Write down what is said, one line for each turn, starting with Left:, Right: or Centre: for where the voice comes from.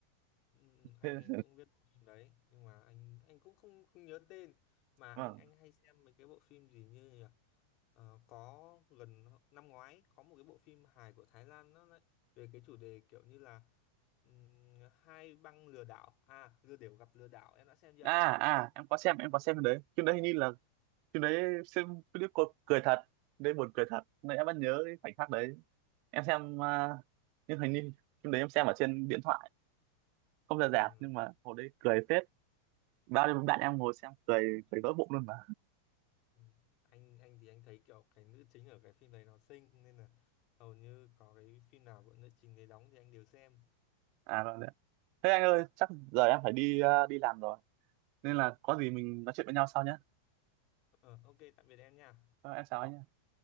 Left: Ừ, ừ, anh
Right: đấy
Left: anh cũng biết bộ phim đấy nhưng mà anh anh cũng không không nhớ tên mà anh
Right: <laughs>
Left: anh hay xem mấy cái bộ phim gì như nhỉ? Ờ, có gần năm ngoái có một cái bộ phim hài của Thái Lan nó lại về cái chủ đề kiểu như là ừm, hai băng lừa đảo à lừa đảo gặp lừa đảo em đã xem chưa
Right: à à em có xem em có xem cái đấy phim đấy hình như là phim đấy xem clip cô cười thật đấy buồn cười thật nên em vẫn nhớ cái khoảnh khắc đấy em xem à, nhưng hình như phim đấy em xem ở trên điện thoại không ra rạp
Left: ừ,
Right: nhưng mà hồi đấy cười phết bao nhiêu bạn em ngồi xem cười cười vỡ bụng luôn mà
Left: ừ. anh anh thì anh thấy kiểu cái nữ chính ở cái phim đấy nó xinh nên là hầu như có cái phim nào của nữ chính đấy đóng thì anh đều xem
Right: à rồi đấy thế anh ơi chắc giờ em phải đi à, đi làm rồi nên là có gì mình nói chuyện với nhau sau nhé
Left: ờ, ok tạm biệt em nha
Right: Ờ, em chào anh nhé